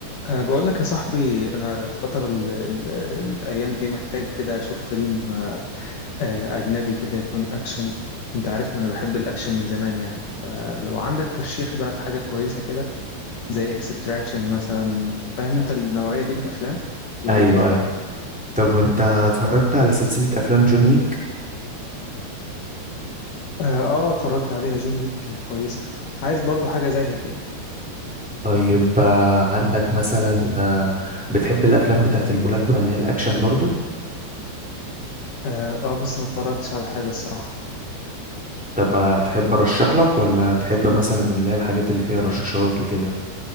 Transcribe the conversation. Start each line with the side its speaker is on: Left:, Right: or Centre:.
Left: أه بقول لك يا صاحبي أنا الفترة ال ال الأيام دي محتاج كده أشوف فيلم أه أجنبي كده يكون أكشن أنت عارف إن أنا بحب الأكشن من زمان يعني فلو عندك ترشيح بقى لحاجة كويسة كده زي إكستراكشن مثلا فاهم أنت النوعية دي من الأفلام يا
Centre: ايوه
Left: ريت
Centre: ايوه طب انت اتفرجت على سلسلة افلام جون ويك
Left: أه آه، اتفرجت عليها جون ويك كانت كويسة عايز برضو حاجة زيها كده
Centre: طيب آه، عندك مثلا آه، بتحب الافلام بتاعت الملاكمة اللي هي الاكشن برضو
Left: أه آه، بس ما اتفرجتش على حاجة الصراحة
Centre: طب آه، تحب ارشح لك ولا تحب مثلا اللي هي الحاجات اللي فيها رشاشات وكده